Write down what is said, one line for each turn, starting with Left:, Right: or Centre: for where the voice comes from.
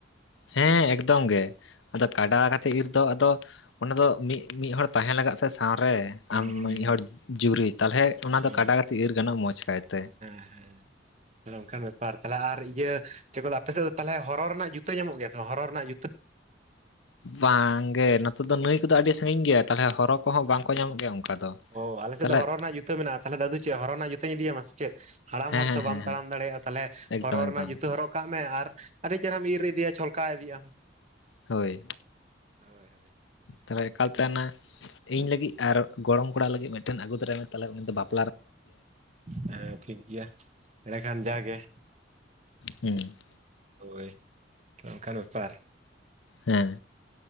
Left: ᱦᱮᱸ ᱮᱠᱫᱚᱢ ᱜᱮ ᱟᱫᱚ ᱠᱟᱰᱟ ᱠᱟᱛᱮᱫ ᱤᱨ ᱫᱚ ᱟᱫᱚ ᱚᱱᱟ ᱫᱚ ᱢᱤᱫ ᱢᱤᱫ ᱦᱚᱲ ᱛᱟᱦᱮᱸ ᱞᱟᱜᱟᱜ ᱥᱮ ᱥᱟᱶ ᱨᱮ
Right: ᱦᱩᱸ
Left: ᱟᱢ
Right: ᱦᱩᱸ
Left: ᱢᱤᱫ ᱦᱚᱲ ᱡᱩᱨᱤ ᱛᱟᱞᱦᱮ ᱚᱱᱟ ᱫᱚ
Right: ᱚ
Left: ᱠᱟᱰᱟ ᱠᱟᱛᱮᱫ ᱤᱨ ᱜᱟᱱᱚᱜ-ᱟ ᱢᱚᱸᱡᱽ ᱠᱟᱭ ᱛᱮ
Right: ᱦᱮᱸ ᱚᱱᱠᱟᱱ ᱵᱮᱯᱟᱨ ᱛᱟᱦᱚᱞᱮ ᱟᱨ ᱤᱭᱟᱹ ᱪᱮᱫ ᱠᱚ ᱟᱯᱮ ᱥᱮᱫ ᱫᱚ ᱛᱟᱦᱚᱞᱮ ᱦᱚᱨᱚ ᱨᱮᱱᱟᱜ ᱡᱩᱛᱟᱹ ᱧᱟᱢᱚᱜ ᱜᱮᱭᱟ ᱥᱮ ᱵᱟᱝ ᱦᱚᱨᱚ ᱨᱮᱱᱟᱜ ᱡᱩᱛᱟᱹ
Left: ᱵᱟᱝ ᱜᱮ ᱱᱚᱛᱮ ᱫᱚ ᱱᱟᱹᱭ ᱠᱚᱫᱚ ᱟᱹᱰᱤ ᱥᱟᱺᱜᱤᱧ ᱜᱮᱭᱟ ᱛᱟᱦᱚᱞᱮ ᱦᱚᱨᱚ ᱠᱚᱦᱚᱸ ᱵᱟᱝ ᱠᱚ ᱧᱟᱢᱚᱜ ᱜᱮᱭᱟ ᱚᱱᱠᱟ ᱫᱚ
Right: ᱚ ᱟᱞᱮ ᱥᱮᱫ
Left: ᱛᱟᱦᱚᱞᱮ
Right: ᱫᱚ ᱦᱚᱨᱚ ᱨᱮᱱᱟᱜ ᱡᱩᱛᱟᱹ ᱢᱮᱱᱟᱜ-ᱟ ᱛᱟᱦᱚᱞᱮ ᱫᱟᱫᱩ ᱪᱮᱫ ᱦᱚᱨᱚ ᱨᱮᱱᱟᱜ ᱡᱩᱛᱟᱹᱧ ᱤᱫᱤᱭ ᱟᱢᱟ ᱥᱮ ᱪᱮᱫ? ᱦᱟᱲᱟᱢ
Left: ᱦᱮᱸ
Right: ᱦᱚᱲ
Left: ᱦᱮᱸ
Right: ᱛᱚ
Left: ᱦᱮᱸ
Right: ᱵᱟᱢ
Left: ᱦᱮᱸ
Right: ᱛᱟᱲᱟᱢ ᱫᱟᱲᱮᱭᱟᱜ-ᱟ ᱛᱟᱦᱚᱞᱮ
Left: ᱮᱠᱫᱚᱢ
Right: ᱦᱚᱨᱚ
Left: ᱮᱠᱫᱚᱢ
Right: ᱨᱮᱱᱟᱜ ᱡᱩᱛᱟᱹ
Left: ᱮᱠᱫᱚᱢ
Right: ᱦᱚᱨᱚᱜ ᱠᱟᱜ ᱢᱮ ᱟᱨ ᱟᱹᱰᱤ ᱪᱮᱦᱮᱨᱟᱢ ᱤᱨ ᱤᱫᱤᱭᱟ ᱪᱷᱚᱞᱠᱟᱣ ᱤᱫᱤᱭ ᱟᱢ
Left: ᱦᱳᱭ
Right: ᱦᱳᱭ ᱦᱳᱭ
Left: ᱛᱟᱦᱞᱮ ᱮᱠᱟᱞᱛᱮ ᱚᱱᱟ ᱤᱧ ᱞᱟᱹᱜᱤᱫ ᱟᱨ ᱜᱚᱲᱚᱢ ᱠᱚᱲᱟ ᱞᱟᱹᱜᱤᱫ ᱢᱤᱫᱴᱮᱱ ᱟᱹᱜᱩ ᱛᱚᱨᱟᱭ ᱢᱮ ᱛᱟᱦᱞᱮ ᱩᱱᱤ ᱫᱚ ᱵᱟᱯ
Right: ᱦᱮᱸ ᱦᱮᱸ ᱴᱷᱤᱠ ᱜᱮᱭᱟ ᱮᱸᱰᱮᱠᱷᱟᱱ ᱡᱟᱜᱮ
Left: ᱦᱩᱸ <unintelligible>
Right: ᱦᱳᱭ ᱚᱱᱠᱟᱱ ᱵᱮᱯᱟᱨ
Left: ᱦᱮᱸ